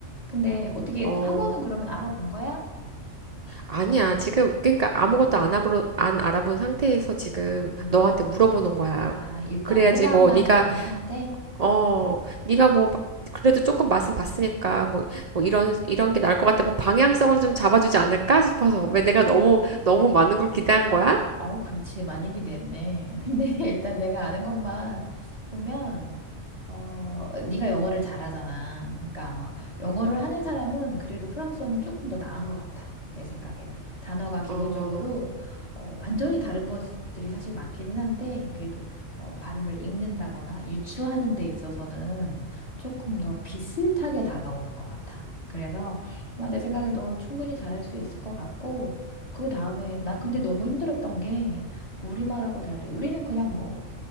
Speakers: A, on the left (about 30°); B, on the right (about 50°).
A: 근데 어떻게
B: 어.
A: 학원은 그러면 알아본 거야?
B: 아니야. 지금 그러니까 아무것도 안 알아보, 안 알아본 상태에서 지금
A: 음.
B: 너한테 물어보는 거야.
A: 아, 일단
B: 그래야지
A: 호감만
B: 뭐 네가
A: 가진 상태?
B: 어 네가 뭐 그래도 조금 맛은 봤으니까 뭐 뭐 이런 이런 게 나을 것 같아. 뭐 방향성은 좀 잡아주지 않을까 싶어서 왜 내가 너무
A: 음.
B: 너무 많은 걸 기대한 거야?
A: 아우, 그렇지. 많이 기대했네. <laughs> 근데 일단 내가 아는 것만 보면, 어, 네가 영어를 잘하잖아. 그러니까 아마 영어를 하는 사람은 그래도 프랑스어는 조금 더 나은 것 같아. 내 생각에는. 단어가 기본적으로
B: 어,
A: 어, 완전히 다른 것들이 사실 많기는 한데 그래도 어, 발음을 읽는다거나 유추하는 데 있어서는 조금 더 비슷하게 다가오는 것 같아. 그래서 아마 내 생각에 너 충분히 잘할 수 있을 것 같고 그 다음에 난 근데 너무 힘들었던 게 우리말하고 달리 우리는 그냥 뭐